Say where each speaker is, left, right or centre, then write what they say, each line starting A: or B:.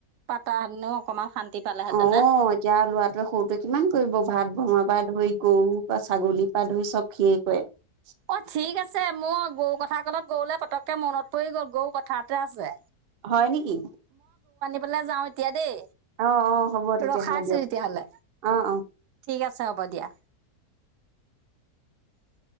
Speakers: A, on the right; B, on the right.
A: পাতা হেঁতিনো অকমান শান্তি পালেহেঁতেনে।
B: অ এতিয়া ল'ৰাটোৱে <unintelligible> <inaudible> গৰু পা, ছাগলীৰ পা‌ ধৰি চব সিয়ে কৰে।
A: অ ঠিক আছে, মই গও কথা ক'লে গওলৈ পতক কে মনত পৰি গ'ল, গও পথাৱতে আছে।
B: হয় নেকি?
A: বলে যাওঁ এতিয়া দেই।
B: অ অ হ'ব তেতিয়াহ'লে
A: ৰখাইছো
B: দিয়ক
A: তেতিয়াহলে।
B: অ অ
A: ঠিক আছে হ'ব দিয়া। <inaudible>